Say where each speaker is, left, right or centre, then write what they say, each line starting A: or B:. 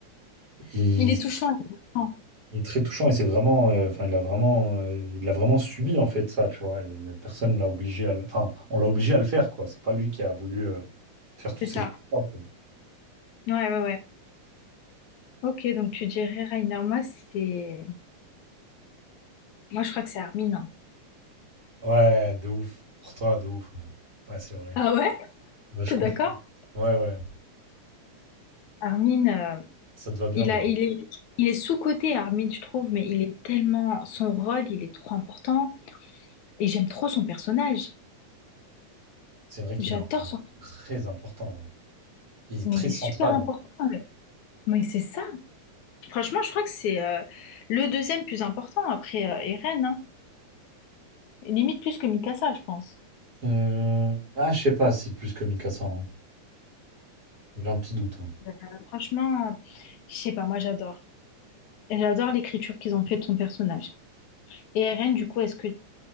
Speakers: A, on the right; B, on the left.
A: il,
B: Il est touchant, il est touchant.
A: il est très touchant et c'est vraiment, euh, enfin, il a vraiment, euh, il a vraiment subi en fait ça, tu vois. et personne l'a obligé à, le- enfin, on l'a obligé à le faire quoi. C'est pas lui qui a voulu euh, faire toutes
B: C'est
A: ces.
B: ça.
A: choses.
B: Ouais, ouais, ouais. Ok, donc tu dirais Rainer. Moi, c'est. Moi, je crois que c'est Armin. hein.
A: Ouais, de ouf. Pour toi, de ouf. Ouais, Ouais, c'est vrai.
B: Ah ouais?
A: Ouais, je
B: T'es
A: comprends.
B: d'accord?
A: Ouais, ouais.
B: Armin, euh,
A: Ça te va bien,
B: il
A: Deb.
B: a, il est, il est sous-coté, Armin, je trouve, mais il est tellement, son rôle, il est trop important. Et j'aime trop son personnage.
A: C'est vrai qu'il
B: J'adore
A: est un-
B: son,
A: très important. hein. Il est
B: mais
A: très
B: il
A: central.
B: est super important.
A: hein.
B: le- Mais c'est ça. Franchement, je crois que c'est euh, le deuxième plus important après euh, Eren, hein. Limite plus que Mikasa, je pense.
A: Euh, Ah, je sais pas si plus que Mikasa. hein. J'ai un petit doute. hein.
B: Ben, franchement, je sais pas, moi j'adore. J'adore l'écriture qu'ils ont fait de son personnage. Et Eren, du coup, est-ce que